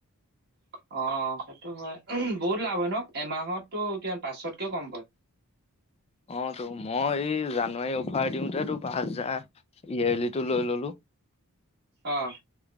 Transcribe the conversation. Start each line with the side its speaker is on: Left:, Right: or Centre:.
Right: <inaudible> অ সেইটো হয়, ওমহ বহুত লাভ হয় ন এমাহততো এতিয়া পাঁচতকেও কম পায় <inaudible>
Left: অ তো মই এই জানুৱাৰী অফাৰ দিওঁতে পাঁচ হাজাৰ ইয়েৰ লিটো লৈ ললো
Right: অহ